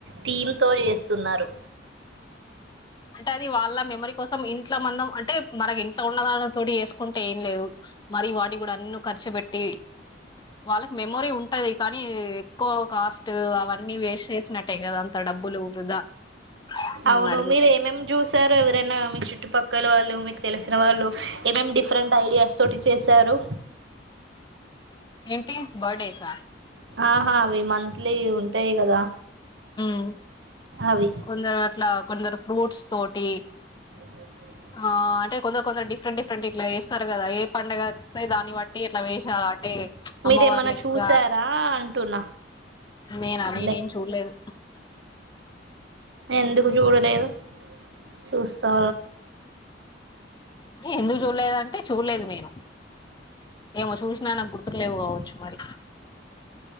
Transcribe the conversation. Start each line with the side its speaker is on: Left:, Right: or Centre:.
Right: థీమ్ తో చేస్తున్నారు
Left: అంటే అది వాళ్ళ మెమరీ కోసం ఇంట్ల మందం అంటే మనకి ఇంట్లో ఉన్నదానితో చేసుకుంటే ఏం లేదు మరి వాటికి కూడా అన్ని ఖర్చు పెట్టి వాళ్ళకి మెమోరీ ఉంటది కానీ ఎక్కువ కాస్ట్ అవన్నీ వేస్ట్ చేసినట్టే కదా అంత డబ్బులు వృధా నన్ను
Right: అవును
Left: అడిగి
Right: మీరు ఏమేమి చూసారు ఎవరైనా మీ చుట్టుపక్కల వాళ్ళు మీకు తెలిసిన వాళ్ళు ఏమేమి డిఫరెంట్ ఐడియాస్ తోటి చేస్త సారు
Left: ఏంటి బర్డేస
Right: ఆహా అవి మంత్లీ ఉంటాయి కదా
Left: మ్
Right: అవి
Left: కొందరట్లా, కొందరు ఫ్రూట్స్ తోటి.
Right: ఆహా
Left: ఆ అంటే కొందరు కొందరు డిఫరెంట్ డిఫరెంట్ ఇట్లా వేస్తారు కదా ఏ పండగస్త దాన్ని బట్టి ఇట్లా వేషా అంటే
Right: మీరేమన్నా
Left: అమ్మవార్లక్క
Right: చూసారా అంటున్నా
Left: నేనా నేనేం
Right: లే
Left: చూడలేదు
Right: ఎందుకు చూడలేదు చూస్తా
Left: ఎందుకు చూడలేదు అంటే చూల్లేదు నేను ఏమో చూసినా నాకు గుర్తుకులేవు కావచ్చు మరి.